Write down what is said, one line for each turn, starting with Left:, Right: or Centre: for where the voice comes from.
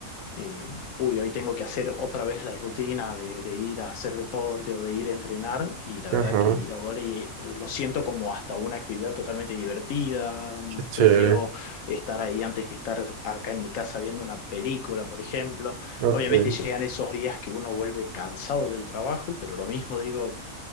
Left: eh, uy, hoy tengo que hacer otra vez la rutina de, de ir a hacer deporte o de ir a entrenar, y la
Right: Ajá.
Left: verdad que ir a volei eh, lo siento como hasta una actividad totalmente divertida,
Right: Qué chévere.
Left: prefiero estar ahí antes que estar acá en mi casa viendo una película, por ejemplo.
Right: Ok,
Left: Obviamente llegan esos días que uno vuelve cansado del trabajo, pero lo mismo digo,